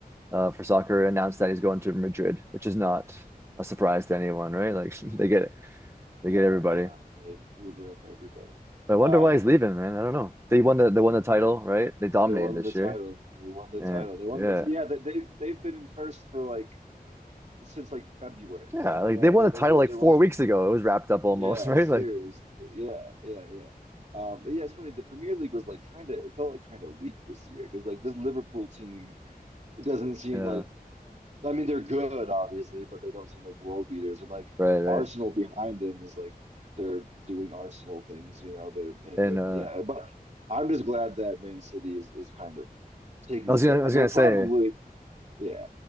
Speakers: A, on the right; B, on the right.
A: uh for soccer announced that he's going to Madrid, which is not a surprise to anyone, right? Like <laughs> they get
B: Yeah,
A: they get everybody.
B: I know. They Uber up everybody.
A: But I wonder
B: Um,
A: why he's leaving, man. I don't know. They won the they won the title, right?
B: yeah,
A: They dominated
B: they won
A: this
B: the title.
A: year.
B: They won the
A: And
B: title. They won
A: yeah.
B: the t yeah, they, they've they've been in first for like since like February.
A: Yeah,
B: You
A: like
B: know,
A: they won
B: they
A: the
B: they
A: title
B: did
A: like
B: it
A: four
B: wasn't
A: weeks ago. It was wrapped up almost,
B: yeah,
A: <laughs> right?
B: seriously.
A: Like
B: Yeah, yeah, yeah. Um, but yeah, it's funny. The Premier League was like kind of it felt like kind of weak this year because like this Liverpool team, it doesn't seem
A: yeah,
B: like I mean, they're good, obviously, but they don't seem like world beaters. And like
A: right, right.
B: Arsenal behind them is like they're doing Arsenal things, you know. They're and
A: And
B: then
A: uh
B: yeah, but I'm just glad that Man City is is kind of taking
A: I was
B: a step.
A: gonna I was
B: And they'll
A: gonna say
B: probably yeah,